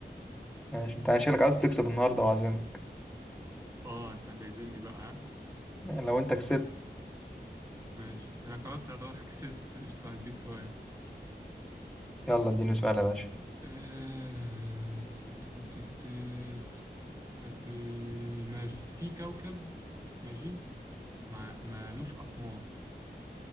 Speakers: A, in the centre; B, on the right (about 15°).
A: ماشي انت شكلك عاوز تكسب النهاردة وعزمك
B: اه انت هتعزمني بقى ها؟
A: لو انت كسبت
B: ماشي انا خلاص يعتبر <laughs> كسبت قشطة هديك سؤال
A: يلا اديني سؤال يا باشا
B: آه، تت- تت- تت- تت. آه، في ماشي في كوكب ماشي ما مالوش اقمار